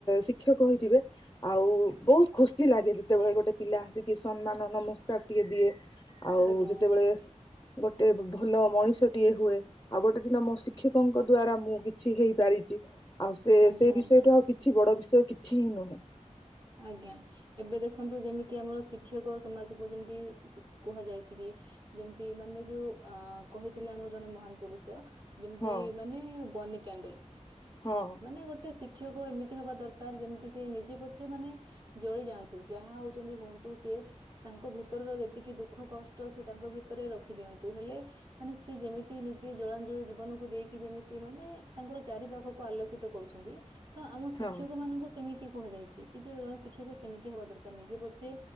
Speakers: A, on the left; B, on the right.
A: ଶିକ୍ଷକ ହେଇଥିବେ ଆଉ ବହୁତ ଖୁସି ଲାଗେ ଯେତେବେଳେ ଗୋଟେ ପିଲା ଆସିକି ସମ୍ମାନ ନମସ୍କାର ଟିକେ ଦିଏ ଆଉ
B: ଆଜ୍ଞା
A: ଯେତେବେଳେ
B: ଆଜ୍ଞା ଆଜ୍ଞା
A: ଗୋଟେ ଭଲ ମଣିଷଟିଏ ହୁଏ ଆଉ ଗୋଟେ ଦିନ ମୋ ଶିକ୍ଷକଙ୍କ ଦ୍ଵାରା ମୁଁ କିଛି ହେଇପାରିଛି। ଆଉ ସେ
B: ଆଜ୍ଞା
A: ସେ ବିଷୟଠୁ
B: ଆଜ୍ଞା
A: ଆଉ କିଛି ବଡ ବିଷୟ କିଛି ହିଁ ନୁହେଁ।
B: ଆଜ୍ଞା। ଏବେ ଦେଖନ୍ତୁ ଯେମିତି ଆମର ଶିକ୍ଷକ ସମାଜକୁ ଯେମିତି କୁହାଯାଇଛି କି ଯେମିତି ମାନେ ଯୋଉ ଅ କହିଥିଲେ ଆମର ଜଣେ ମହାନ ପୁରୁଷ ଯେମିତି
A: ହଁ
B: ମାନେ ବନି କ୍ୟାଣ୍ଡେଲ
A: ହଁ।
B: ମାନେ ଗୋଟେ ଶିକ୍ଷକ ଏମିତି ହବା ଦରକାର ଯେମିତି ସେ ନିଜେପଛେ ସେମାନେ ଜଳି ଯାଆନ୍ତୁ ଯାହା ହଉଛନ୍ତି ହୁଅନ୍ତୁ ସିଏ ତାଙ୍କ ଭିତରର ଯେତିକି ଦୁଃଖ କଷ୍ଟ ସେ ତାଙ୍କ ଭିତରେ ରଖିଦିଅନ୍ତୁ ହେଲେ ମାନେ ସି ଯେମିତି ନିଜେ ଜଳାଞ୍ଜଳି ଜୀବନକୁ ଦେଇକି ଯେମିତି ମାନେ ତାଙ୍କର ଚାରି ପାଖକୁ ଆଲୋକ କିତ କରୁଛନ୍ତି ତ ଆମ ଶିକ୍ଷକ
A: ହଁ
B: ମାନଙ୍କୁ ସେମିତି କୁହାଯାଇଛି କିଛି ଜଣେ ଶିକ୍ଷକ ସେମିତି ହବା ଦରକାର ନାହିଁ ନିଜେ ପଛେ